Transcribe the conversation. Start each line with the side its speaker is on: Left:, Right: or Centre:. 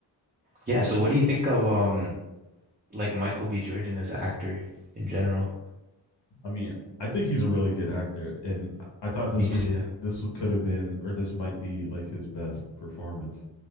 Right: Yeah, so what do you think of um like Michael B. Jordan as an actor in general?
Left: I mean, I think he's a really good actor and I thought this
Right: Me too.
Left: was this could have been or this might be like his best performance.